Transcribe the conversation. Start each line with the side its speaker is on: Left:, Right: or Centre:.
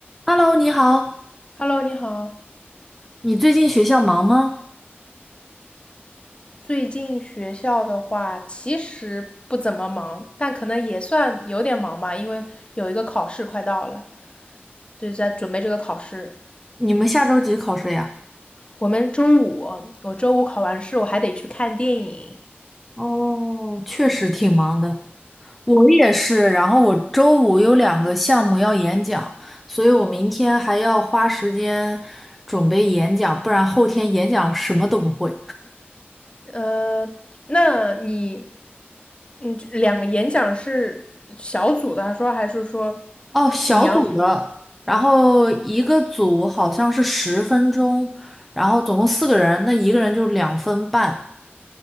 Centre: Hello，你好，
Left: Hello，你好。
Centre: 你最近学校忙吗？
Left: 最近学校的话，其实不怎么忙，但可能也算有点忙吧，因为有一个考试快到了，就是在准备这个考试。
Centre: 你们下周几考试呀？
Left: 我们周五，我周五考完试，我还得去看电影。
Centre: 哦，确实挺忙的，我也是。然后我周五有两个项目要演讲，所以我明天还要花时间准备演讲，不然后天演讲什么都不会。
Left: 呃，那你，嗯，两个演讲是小组的，还说还是说
Centre: 哦，小组的，
Left: 你要？
Centre: 然后一个组好像是十分钟，然后总共四个人，那一个人就两分半，